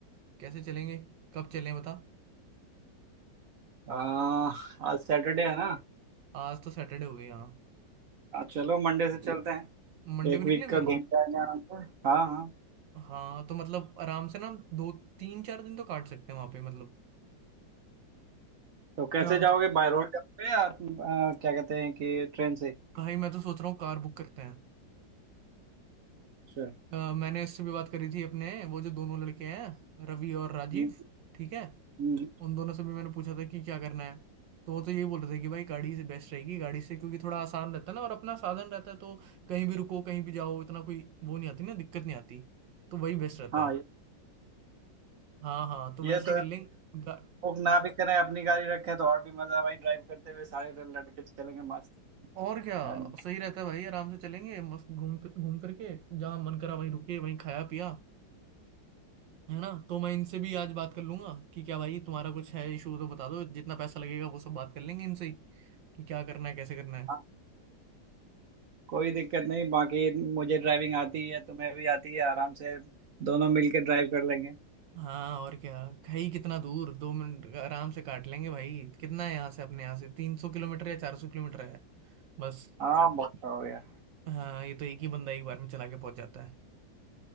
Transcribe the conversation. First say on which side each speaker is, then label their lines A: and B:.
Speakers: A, on the right; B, on the right.
A: कैसे चलेंगे कब चलें बता
B: आ, आज सैटरडे है ना
A: आज तो सैटरडे हो गई हाँ
B: हाँ चलो मंडे से चलते हैं
A: मंडे
B: एक
A: को
B: वीक
A: निकले
B: का
A: फिर
B: घूम ठीक के आएंगे आराम से हाँ हाँ
A: हाँ तो मतलब आराम से ना हम दो तीन चार दिन तो काट सकते हैं वहां पे मतलब
B: तो कैसे
A: आराम
B: जाओगे
A: से
B: बाय रोड जाओगे या आ, क्या कहते हैं कि ट्रेन से
A: भाई मैं तो सोच रहा हूँ कार बुक करते हैं
B: अच्छा
A: अ, मैंने इससे भी बात करी थी अपने वो जो दोनों लड़के हैं रवि और राजीव
B: हम्म,
A: ठीक है
B: हम्म,
A: उन दोनों से भी मैंने पूछा था कि क्या करना है तो वो तो यही बोल रहे थे कि भाई गाड़ी से बेस्ट रहेगी गाड़ी से क्योंकि थोड़ा आसान रहता है ना और अपना साधन रहता है तो कहीं भी रुको कहीं भी जाओ इतना कोई वो नहीं आती ना दिक्कत नहीं आती तो वही बेस्ट रहता
B: हाँ
A: है
B: ये,
A: हाँ हाँ तो
B: ये
A: वैसे
B: तो
A: ही कर लेंगे गा-
B: बुक ना भी करें अपनी गाड़ी रखें तो और भी मजा है भाई ड्राइव करते हुए सारे दिन लड़के चलेंगे मस्त
A: और क्या
B: है ना
A: सही रहता है भाई आराम से चलेंगे मस्त घूम घूम करके जहाँ मन करा वहीं रुके वहीं खाया पिया है ना तो मैं इनसे भी आज बात कर लूंगा कि क्या भाई तुम्हारा कुछ है इशू तो बता दो जितना पैसा लगेगा वो सब बात कर लेंगे इनसे ही कि क्या करना है कैसे करना है
B: हाँ, कोई दिक्कत नहीं बाकी मुझे ड्राइविंग आती है तुम्हें भी आती है आराम से दोनों मिलके ड्राइव कर लेंगे
A: हाँ और क्या खाई कितना दूर दो मिनट आराम से काट लेंगे भाई कितना है यहाँ से अपने यहाँ से तीन सौ किलोमीटर या चार सौ किलोमीटर है बस
B: हाँ बहुत हो गया
A: हाँ ये तो एक ही बंदा एक बार में चला के पहुंच जाता है